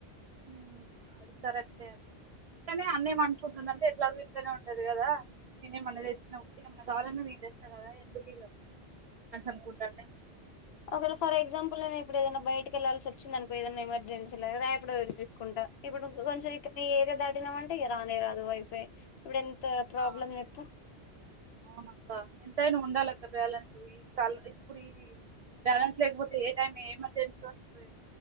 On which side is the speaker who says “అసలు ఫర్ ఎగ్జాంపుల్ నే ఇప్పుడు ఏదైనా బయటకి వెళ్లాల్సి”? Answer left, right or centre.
Left